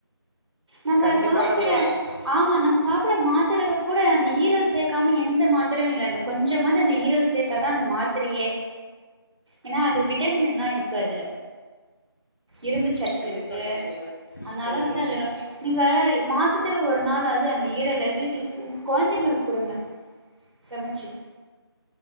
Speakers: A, on the right; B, on the left.
A: நம்ம
B: கண்டிப்பாக
A: சாப்புற
B: தோழி
A: ஆமா நம்ம சாப்புற மாத்திரைல கூட அந்த ஈரல் சேக்காம எந்த மாத்திரையு இல்ல அந்த கொஞ்சமாது அந்த ஈரல் சே த்தா தா அந்த மாத்திரையே ஏனா அது விட்டமின்ல்லா இருக் கு அதுல இரும்பு சத்து
B: கண்டிப்பாக
A: இருக்கு
B: தோழ
A: அனால
B: தோழி
A: வந்து அது ரொ நீங்க மாசத்துல ஒரு நாளாவ்து அந்த ஈரல வீட்டுக்கு உங் கொழந்தைங்களுக்கு குடுங்க சமச்சி